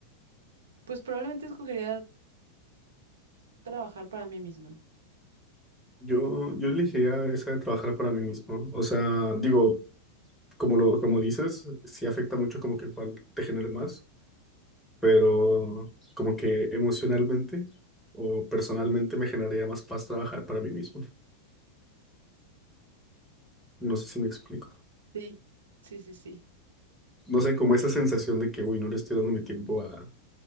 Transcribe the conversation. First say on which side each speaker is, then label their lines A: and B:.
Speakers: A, on the right; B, in the centre.
A: pues probablemente escogería trabajar para mí misma.
B: Yo, yo elegiría esa de trabajar para mí mismo. O sea, digo, como lo, como dices, sí afecta mucho como que cuál te genere más, pero como que emocionalmente o personalmente me generaría más paz trabajar para mí mismo. No sé si me explico.
A: Sí, sí, sí, sí.
B: No sé, como esa sensación de que, uy, no le estoy dando mi tiempo a,